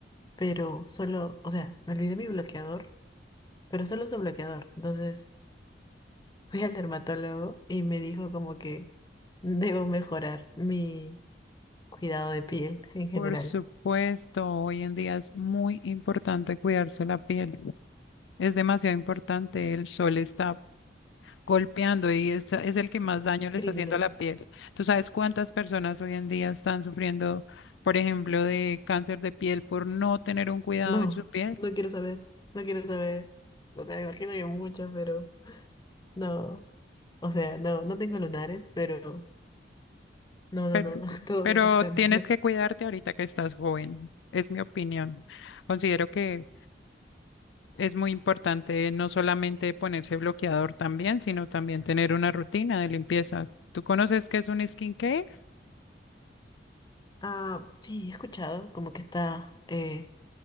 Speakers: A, on the left; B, on the left.
A: pero solo, o sea, me olvidé mi bloqueador, pero solo su bloqueador. Entonces fui al dermatólogo y me dijo como que debo mejorar mi cuidado de piel en general.
B: Por supuesto, hoy en día es muy importante cuidarse la piel. Es demasiado importante, el sol está golpeando y es, es el que más
A: Está
B: daño le
A: criminal.
B: está haciendo a la piel. ¿Tú sabes cuántas personas hoy en día están sufriendo, por ejemplo, de cáncer de piel por no tener un cuidado
A: No,
B: en su piel?
A: no quiero saber, no quiero saber. O sea, imagino que muchas, pero no. O sea, no, no tengo lunares, pero no, no,
B: Pero,
A: no, <laughs> todo
B: pero
A: menos cáncer.
B: tienes que cuidarte ahorita que estás joven, es mi opinión. Considero que es muy importante no solamente ponerse bloqueador también, sino también tener una rutina de limpieza. ¿Tú conoces qué es un skincare?
A: Ah, sí, he escuchado como que está, eh,